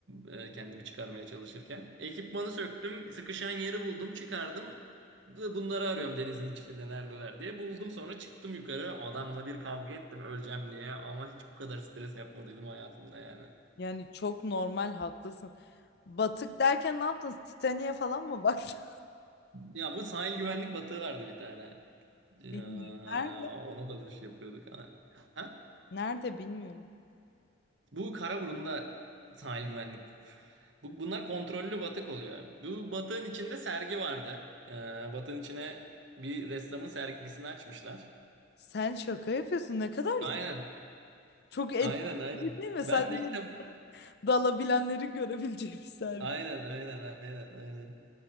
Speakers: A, on the right; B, on the left.
A: e, kendimi çıkarmaya çalışırken. Ekipmanı söktüm, sıkışan yeri buldum, çıkardım. Bu- Bunları arıyorum denizin içinde neredeler diye. Buldum sonra çıktım yukarı. Adamla bir kavga ettim öleceğim diye ama hiç bu kadar stres yapmadıydım hayatımda yani.
B: Yani çok normal haklısın. Batık derken ne yaptınız? Titanic'e falan mı baktın?
A: Ya bu sahil güvenlik batığı vardı bir tane. Ya,
B: <laughs> Bilmiyorum. Nerede?
A: ona dalış yapıyorduk. Ha? Ha?
B: Nerede bilmiyorum.
A: Bu Karaburun'da sahil güvenlik. Bu, bunlar kontrollü batık oluyor. Bu batığın içinde sergi vardı. Ee, batığın içine bir ressamın sergisini açmışlar.
B: Sen şaka yapıyorsun. Ne kadar
A: Aynen.
B: iyi. Çok etkileyici
A: Aynen aynen.
B: <laughs> değil mi?
A: Ben
B: Sadece
A: de ilk defa...
B: dalabilenlerin görebileceği bir sergi.
A: Aynen aynen aynen aynen.